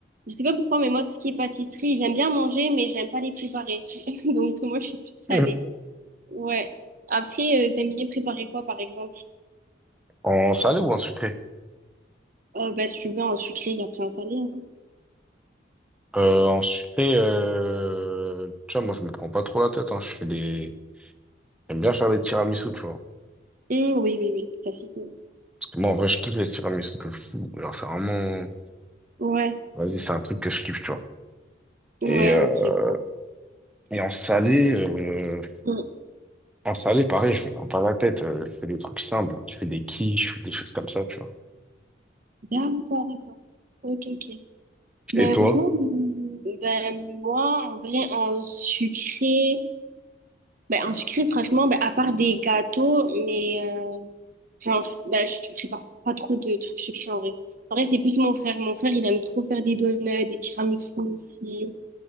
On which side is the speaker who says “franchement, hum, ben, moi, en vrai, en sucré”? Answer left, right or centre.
Right